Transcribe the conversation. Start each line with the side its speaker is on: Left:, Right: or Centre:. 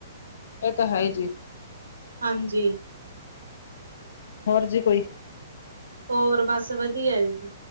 Left: ਏਹ ਤਾਂ ਹੈ ਈ ਜੀ।
Right: ਹਾਂਜੀ।
Left: ਹੋਰ ਜੀ ਕੋਈ?
Right: ਹੋਰ ਬਾਸ ਵਧੀਆ <unintelligible>